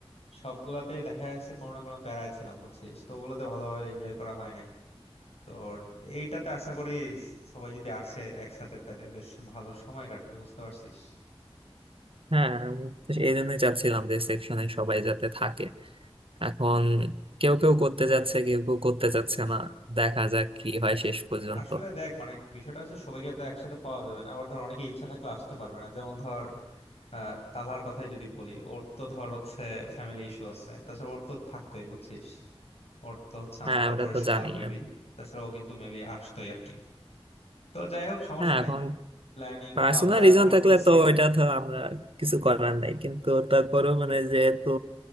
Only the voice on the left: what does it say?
সবগুলাতেই দেখা যাচ্ছে কোনো না কোনো প্যারায় ছিলাম বুঝছিস তো ওগুলোতে ভালোভাবে এনজয় করা হয় নাই তোর এইটাতে আশা করি সবাই যদি আসে একসাথে তাহলে বেশ ভালো সময় কাটবে বুঝতে পারছিস
আসলে দেখ মানে বিষয়টা হচ্ছে সবাইকে তো একসাথে পাওয়া যাবে না আবার ধর অনেকে ইচ্ছা থাকলে আসতে পারবে না যেমন ধর আহ তালহার কথাই যদি বলি ওর তো ধর হচ্ছে ফ্যামিলি ইস্যু আছে তাছাড়া ওর তো থাকতোই বুঝছিস ওর তো হচ্ছে আম্মার
অপারেশন
হবে মেবি
তাছাড়া ও কিন্তু মেবি আসতোই আর কি তো যাই হোক সমস্যা
নেই
প্ল্যানিং
তো আমরা
করতেছি